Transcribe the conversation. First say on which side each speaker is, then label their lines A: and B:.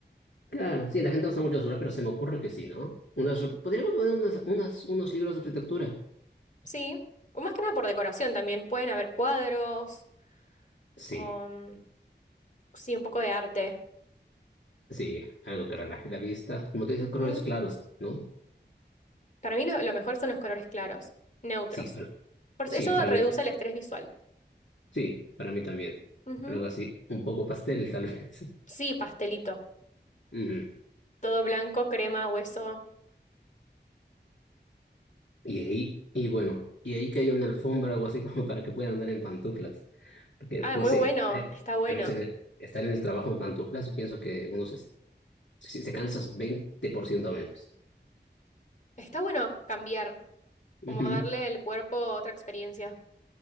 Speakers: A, on the left; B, on the left.
A: Claro, sí, la gente usa mucho basura, pero se me ocurre que sí, ¿no? Unas,
B: mm,
A: podríamos poner unas, unas, unos libros de arquitectura.
B: sí. O más que nada por decoración también, pueden haber cuadros,
A: Sí,
B: o, mm, sí, un poco de arte.
A: sí, algo que relaje la vista. Como tú dices,
B: Ujú.
A: colores claros, ¿no?
B: Para mí lo, lo mejor son los colores claros, neutros.
A: Sí, para,
B: Por
A: sí,
B: s- eso
A: para
B: reduce
A: mí,
B: el estrés visual.
A: sí, para mí también.
B: Ujú.
A: Algo así, un poco pastel, tal vez.
B: Sí, pastelito.
A: <laughs> Ujú.
B: Todo blanco, crema, hueso.
A: Y ahí, y bueno, y ahí que hay una alfombra o algo así <laughs> como para que puedan andar en pantuflas. Porque,
B: Ah,
A: no
B: muy
A: sé,
B: bueno,
A: eh,
B: está bueno.
A: a veces estar en el trabajo en pantuflas, pienso que uno se, se, se cansa 20% menos.
B: Está bueno cambiar, como
A: Ujú,
B: darle al cuerpo otra experiencia.